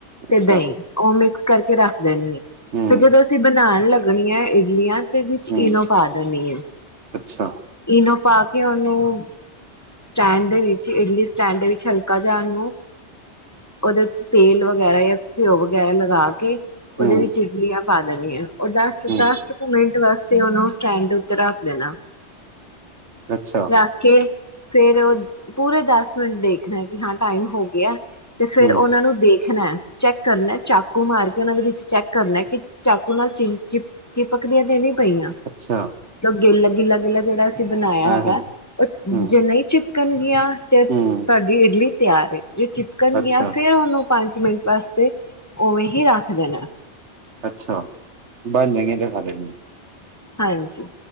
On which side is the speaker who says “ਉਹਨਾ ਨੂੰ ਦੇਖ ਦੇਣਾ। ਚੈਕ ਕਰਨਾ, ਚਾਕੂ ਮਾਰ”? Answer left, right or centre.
Left